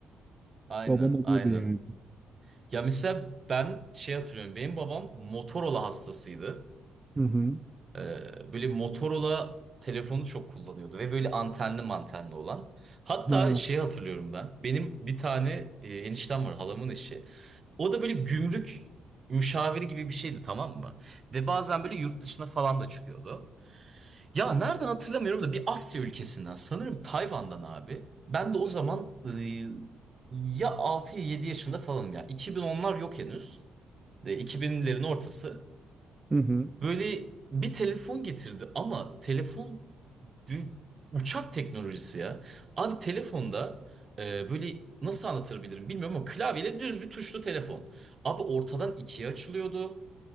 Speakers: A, on the right; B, on the right.
A: aynen
B: Babam alıyordu
A: aynen.
B: yani.
A: Ya mesela ben şey hatırlıyorum. Benim babam Motorola hastasıydı.
B: Hı hı.
A: Ee, böyle Motorola telefonu çok kullanıyordu ve böyle antenli mantenli olan. Hatta
B: Ha.
A: şey hatırlıyorum ben. Benim bir tane e, eniştem var halamın eşi. O da böyle gümrük müşaviri gibi bir şeydi tamam mı? Ve bazen böyle yurt dışına falan da çıkıyordu. Ya nereden hatırlamıyorum da bir Asya ülkesinden sanırım Tayvan'dan abi. Ben de o zaman e, ya 6 ya 7 yaşında falanım ya. 2010'lar yok henüz. E, 2000'lerin ortası.
B: Hı hı.
A: Böyle bir telefon getirdi ama telefon bir uçak teknolojisi ya. Abi telefonda e, böyle nasıl anlatabilirim bilmiyorum ama klavyeyle düz bir tuşlu telefon. Abi ortadan ikiye açılıyordu.